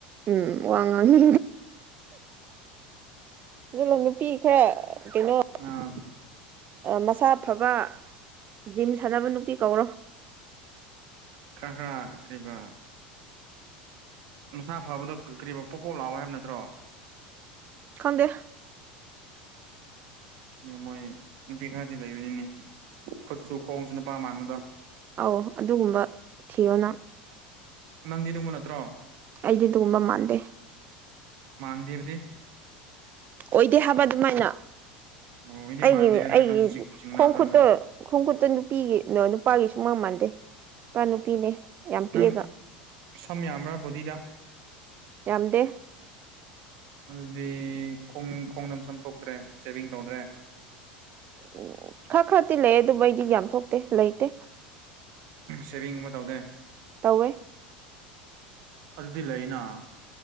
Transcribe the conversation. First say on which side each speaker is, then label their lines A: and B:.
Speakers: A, on the right; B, on the right.
A: ꯎꯝ ꯋꯥꯉꯗꯤ ꯑꯗꯨꯅ ꯅꯨꯄꯤ ꯈꯔ ꯀꯩꯅꯣ
B: ꯑꯥ
A: ꯃꯁꯥ ꯐꯕ ꯖꯤꯝ ꯁꯥꯟꯅꯕ ꯅꯨꯄꯤ ꯀꯧꯔꯣ
B: ꯈꯔꯍꯈ꯭ꯔꯤꯕ ꯃꯁꯥ ꯐꯕꯗꯣ ꯀꯔꯤꯨꯝ ꯄꯣꯞ ꯄꯣꯞ ꯂꯥꯛꯑꯣ ꯍꯥꯏꯕ ꯅꯠꯇ꯭ꯔꯣ
A: ꯈꯪꯗꯦ
B: ꯃꯣꯏ ꯅꯨꯄꯤ ꯈꯔꯗꯤ ꯂꯩꯕꯅꯤꯅꯦ ꯈꯨꯠꯁꯨ ꯈꯣꯡꯁꯨ ꯅꯨꯄꯥ ꯃꯥꯟꯕꯗꯣ
A: ꯑꯧ ꯑꯗꯨꯒꯨꯝꯕ ꯊꯤꯔꯣꯅ
B: ꯅꯪꯗꯤ ꯅꯣꯡꯃ ꯅꯠꯇ꯭ꯔꯣ
A: ꯑꯩꯗꯤ ꯑꯗꯨꯒꯨꯝꯕ ꯃꯥꯟꯗꯦ
B: ꯃꯥꯡꯗꯦꯕꯗꯤ
A: ꯑꯣꯏꯗꯦ ꯍꯥꯏꯕ ꯑꯗꯨꯃꯥꯏꯅ
B: ꯑꯣ ꯑꯩꯗꯤ
A: ꯑꯩꯒꯤ
B: ꯃꯥꯟꯗꯦ ꯍꯥꯏꯔꯒ
A: ꯑꯩꯒꯤ
B: ꯅꯪ ꯆꯤꯡꯅꯕ꯭ꯔꯅ
A: ꯈꯨꯣ ꯈꯨꯨꯠꯇꯣ ꯈꯨꯣ ꯈꯨꯨꯠ ꯑꯇ ꯅꯨꯄꯤꯒꯤ ꯅꯨꯄꯥꯒꯤꯁꯨ ꯃꯥꯟ ꯃꯥꯟꯗꯦ ꯅꯨꯄꯥ ꯅꯨꯄꯤꯅꯦ ꯌꯥꯝ ꯄꯤꯛꯑꯒ
B: ꯅꯪ ꯁꯝ ꯌꯥꯝꯕ꯭ꯔꯥ ꯕꯣꯗꯤꯗ
A: ꯌꯥꯝꯗꯦ
B: ꯑꯗꯨꯗꯤ ꯈꯣꯡ ꯈꯣꯡꯗ ꯆꯝ ꯊꯣꯛꯣꯛꯇ꯭ꯔꯦ ꯁꯦꯚꯤꯡ ꯇꯧꯗ꯭ꯔꯦ
A: ꯎꯝ ꯈꯔ ꯈꯔꯗꯤꯤ ꯂꯩ ꯑꯗꯨ ꯃꯩꯗꯤ ꯌꯥꯝ ꯊꯣꯛꯇꯦ ꯂꯩꯇꯦ
B: ꯁꯦꯚꯤꯡꯒꯨꯝꯕ ꯇꯧꯗꯦ
A: ꯇꯧꯋꯦ
B: ꯑꯗꯨꯗꯤ ꯂꯩꯅꯥ